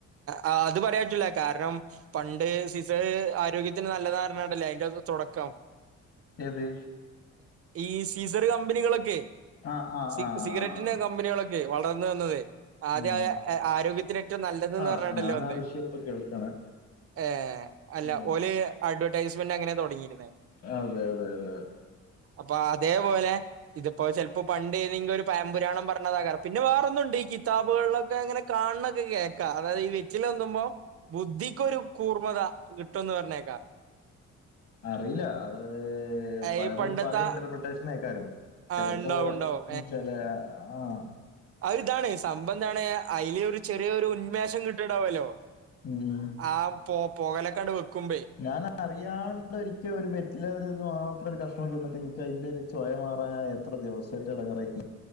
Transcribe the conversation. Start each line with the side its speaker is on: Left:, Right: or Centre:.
Right: ആ അത് പറയാൻ പറ്റൂല്ല കാരണം പണ്ട് സീസർ ആരോഗ്യത്തിന് നല്ല ധാരണ ഉണ്ടല്ലേ അതിന്റെ തുടക്കം
Left: ഏത്..
Right: ഈ സീസർ കമ്പനികളൊക്കെ.
Left: ആഹ് ആഹ്
Right: സി
Left: ആഹ്
Right: സിഗരറ്റിന്റെ
Left: ആഹ്
Right: കമ്പനികളൊക്കെ വളർന്നു വന്നതെ.. ആദ്യം
Left: ഉം
Right: ആ ആരോഗ്യത്തിന് ഏറ്റവും നല്ലതന്ന്
Left: ആഹ്
Right: പറഞ്ഞണ്ടല്ലോ
Left: ഞാൻ
Right: വന്നേ
Left: ആ വിഷയം ഇപ്പൊ കേൾക്കാണ്
Right: ഏ അല്ല
Left: ഉം
Right: ഓള് അഡ്വെർടൈസ്മെന്റ് അങ്ങനെ തുടങ്ങിയിക്കണ്
Left: അ'അതെ അതെ അതെ.. !
Right: അപ്പൊ അതേപോലെ ഇതിപ്പോ ചിലപ്പോ പണ്ട്.. ഒരു പഴമ്പുരാണം പറഞ്ഞതാകാം. പിന്നെ വേറൊന്നുണ്ട് ഈ കിതാബുകളിലൊക്കെ അങ്ങനെ കാനുണൊക്കെ കേൾക്കാം അതായത് ഈ വെറ്റിലന്നുമ്പോ ബുദ്ധിക്കൊരു കൂർമത കിട്ടുംന്ന് പറഞ്ഞേക്കാ.
Left: അറിയില്ല അത്.... പലതും
Right: ഈ പണ്ടത്തെ
Left: പല ഇന്റർപ്രിട്ടേഷന ആക്കാരും
Right: ആഹ്
Left: ചെലപ്പോ..
Right: ഉണ്ടാവും ഉണ്ടാവും
Left: ചെല ആഹ്..
Right: അഹ്താണ്, സംമ്പന്താണ് അയി ല് ഒരു ചെറിയൊ ഒരു ഉന്മേഷം കിട്ടിണ്ടാവല്ലോ
Left: ഉം...
Right: ആ പോ പൊകലക്ക അങ്ങട് വെക്കുമ്പഴെ
Left: ഞാൻ അറിയാണ്ട് ഒരിക്കെ ഒരു ബെറ്റില്ല മാത്രം ഒരു കഷ്ണം തിന്നിട്ട് എനിക്ക് അതിന്റെറെ ഒരു.. ചൊയ മാറാൻ എത്ര ദിവസമായിട്ട് ഇടങ്ങറയിക്ക്ണ്